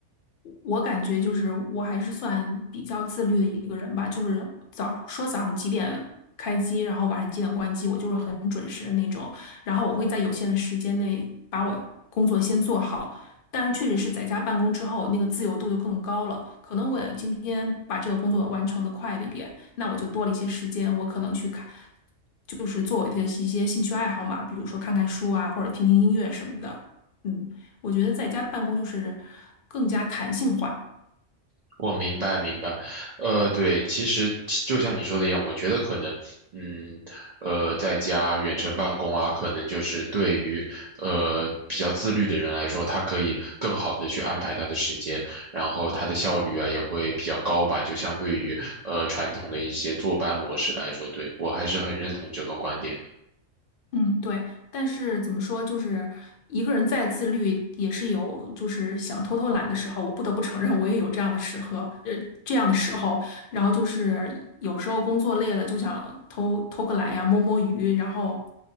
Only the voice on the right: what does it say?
我明白明白，呃，对，其实就像你说的一样，我觉得可能，嗯，呃，在家远程办公啊，可能就是对于呃比较自律的人来说，他可以更好的去安排他的时间，然后他的效率啊也会比较高吧，就相对于呃传统的一些坐班模式来说，对，我还是很认同你这个观点。